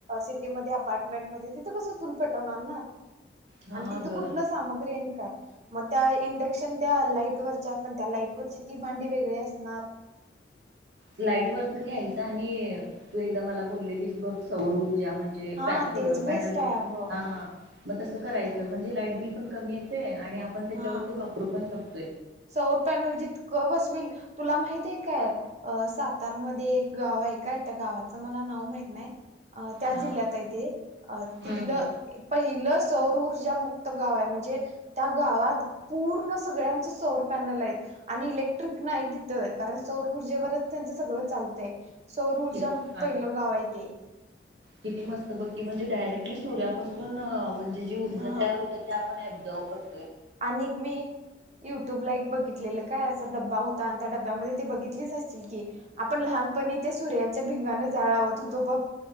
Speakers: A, on the right; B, on the right.
A: सिटी मध्ये अपार्टमेंट मध्ये तिथे कस चूल पेटवणार ना.
B: हा
A: आणि तिथं
B: ग
A: कुठलं सामग्री आणि काय. मग त्या इंडक्शन त्या लाईट वरच्या, आपण त्या लाईट वरची ती भांडी वेगळी असणार.
B: लाईट वरच घ्यायच आणि तू एकदा मला बोललेलीस बघ सैर ज्या म्हणजे <unintelligible>
A: हा तेच बेस्ट आहे अगं
B: मग तसं करायचं म्हणजे, लाईट बिल पण कमी येतंय आणि आपण त्याच्यावरती
A: हा
B: वापरू पण शकतो.
A: सौर पॅनल जितकं बसविल तुला माहिती आहे. काय अ सातार मध्ये एक गाव आहे काय त्या गावाचं मला नाव माहित नाही. अ त्या
B: हा
A: जिल्ह्यात आहे तेे अ
B: हम्म
A: तिथलं
B: हम्म
A: पहिलंच चौरऊर्जा मुक्त गाव आहे म्हणजे, त्या गावात पूर्ण सगळ्यां सौरभ पॅनल आहेत आणि इलेक्ट्रिक नाही तिथं कारण सौर ऊर्जेवरच त्यांचं सगळं चालतंय. सौर <unintelligible>
B: किती छान.
A: पहिलं गाव आहे ते.
B: किती मस्त बघकी म्हणजे, डायरेक्टली सूर्यापासून मह जी ऊर्जा
A: हा
B: तयार ते आप लवकर.
A: आणि मी युट्यूब ला एक बघितलेलं. काय, असा डब्बा होता आणि त्या डब्यामध्ये ते बघितलीस असशील की, आपण लहानपणी त्या सूर्याच्या भिंगान जाळ लावत होतो बघ.